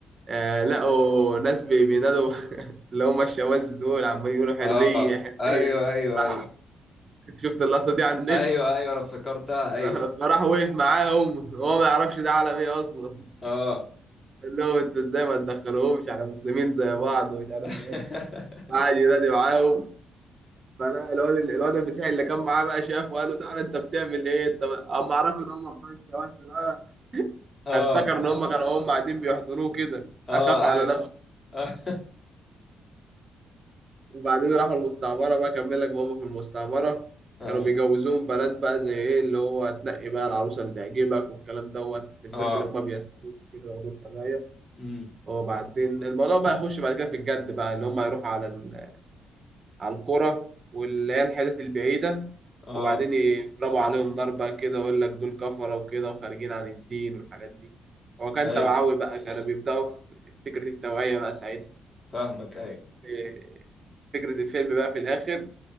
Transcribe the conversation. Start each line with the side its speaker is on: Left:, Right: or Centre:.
Right: آه لقوا ناس بي- بينادوا <laughs> اللي هم الشواذ دول عمالين يقولوا حرية
Left: اه
Right: حرية
Left: ايوه ايوه
Right: راح
Left: ايوه
Right: شفت اللقطة دي على النت
Left: ايوه ايوه انا افتكرتها
Right: <laughs>
Left: ايوه
Right: فراح وقف معاهم هو ما يعرفش ده عالم ايه أصلا
Left: اه
Right: قال لهم انتوا ازاي ما تدخلوهمش احنا مسلمين زي بعض ومش عارف
Left: <laughs>
Right: ايه قعد ينادي معاهم فلا الواد الواد المسيحي اللي كان معاه بقى شافه وقال له تعالى انت بتعمل ايه انت بقى؟ اما عرفوا ان هم بتوع الشواذ بقى
Left: اه
Right: افتكر ان هم كانوا هم قاعدين بيحضروه كده
Left: اه
Right: اخاف على
Left: ايوه
Right: نفسه
Left: اه <laughs>
Right: وبعدين راحوا المستعمرة بقى كمل لك بابا في المستعمرة
Left: اه
Right: كانوا بيجوزوهم بنات بقى زي ايه اللي هو تنقي بقى العروسة اللي تعجبك والكلام دوت الناس
Left: اه
Right: اللي هم بيسكنوا كده ياخدوهم سبايا
Left: امم
Right: وبعدين الموضوع بقى يخش بعد كده في الجد بقى اللي هم يروحوا على ال... على القرى واللي هي الحتت البعيدة
Left: اه
Right: وبعدين يضربوا عليهم نار بقى كده ويقول لك دول كفرة وكده وخارجين عن الدين والحاجات دي هو كان
Left: ايوه
Right: توعوي بقى كانوا بيبدأوا في فكرة التوعية بقى ساعتها
Left: فاهمك ايوه
Right: إيه، فكرة الفيلم بقى في الآخر